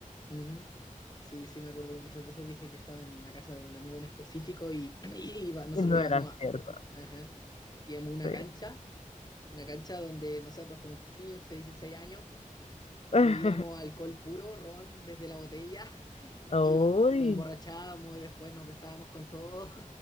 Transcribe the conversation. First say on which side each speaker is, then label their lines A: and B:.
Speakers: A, on the left; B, on the left.
A: ujú. Sí, sí, me acuerdo que muchas veces dije que estaba en la casa de un amigo en específico y, <clears throat> y iba- nosotros
B: Y no
A: íbamos
B: era
A: a,
B: cierto,
A: ajá, íbamos a una
B: sí.
A: cancha Una cancha donde nosotros con 15 16 años
B: <laughs>
A: bebíamos alcohol puro, ron desde la botella <laughs>
B: Uy.
A: y nos emborrachábamos y después nos besábamos con todo.